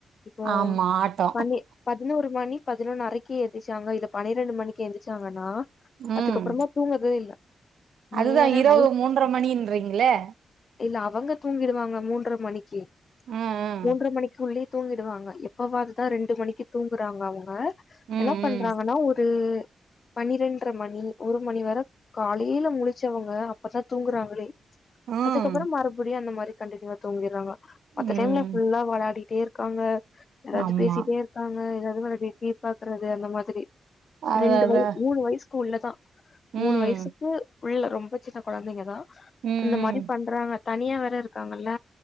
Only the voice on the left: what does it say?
இப்போ
பண்ணி பதினோரு மணி பதினொன்னு அரைக்கு எழுந்திச்சாங்க இல்ல பன்னிரெண்டு மணிக்கு எந்திச்சாங்கன்னா
அதுக்கப்றமா தூங்கதே இல்ல நேரா
நைட்
இல்ல அவங்க தூங்கிடுவாங்க மூன்ற மணிக்கு
மூன்ற மணிக்கு உள்ளே தூங்கிடுவாங்க எப்பவாது தா ரெண்டு மணிக்கு தூங்குறாங்க அவங்க
என்ன பண்றாங்கன்னா ஒரு பனிரெண்ற மணி ஒரு மணி வர காலைல முழச்சவங்க அப்பதா தூங்குறாங்களே
அதுக்கப்றோ மறுபடியு அந்த மாரி கண்டினிவா தூங்கிட்றாங்க மத்த
டைம்ல ஃபுல்லா வெளாடிட்டே இருக்காங்க எதாச்சு
பேசிட்டே இருக்காங்க எதாது வெளாடி டீவி பாக்குறது அந்த மாதிரி
ரெண்டு
வய மூணு வய்சுக்கு உள்ளதா மூணு
வய்சுக்கு உள்ள ரொம்ப சின்ன கொழந்தைங்கதா
அந்த
மாரி பண்றாங்க தனியா வேற இருக்காங்கல்ல